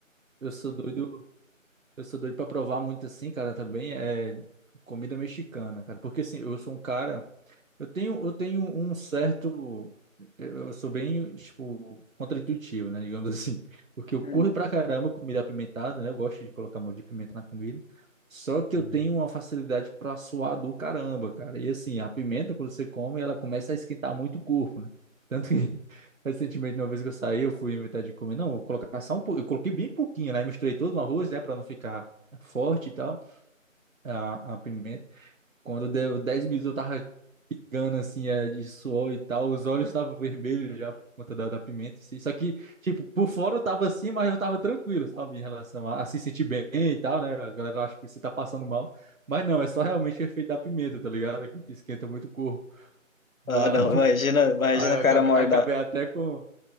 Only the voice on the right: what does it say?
eu sou doido, eu sou doido pra provar muito assim, cara, também é comida mexicana, cara. Porque assim, eu sou um cara Eu tenho, eu tenho um certo. Eu eu sou bem, tipo, contraintuitivo, né? Digamos <laughs> assim. Porque eu
curto pra caramba comida apimentada, né? Eu gosto de colocar molho de pimenta na comida. Só que
eu tenho uma facilidade pra suar do caramba, cara. E assim, a pimenta, quando você come, ela começa a esquentar muito o corpo, né? Tanto que, <laughs> recentemente, uma vez que eu saí, eu fui inventar de comer. Não, eu colocar só um pouco. Eu coloquei bem pouquinho, né? Misturei todo no arroz, né? Pra não ficar forte e tal, a, a pimenta. Quando deu 10 minutos, eu tava gana, assim, é, de suor e tal. Os olhos estavam vermelhos já por conta da, da pimenta. Assim. Só que, tipo, por fora eu tava assim, mas eu tava tranquilo, sabe? Em relação a, a se sentir bem e tal, né? A galera acha que você tá passando mal. Mas não, é só realmente o efeito da pimenta, tá ligado? Que te esquenta muito o corpo. Mas
<laughs>
aí eu
acabei,
acabei até com,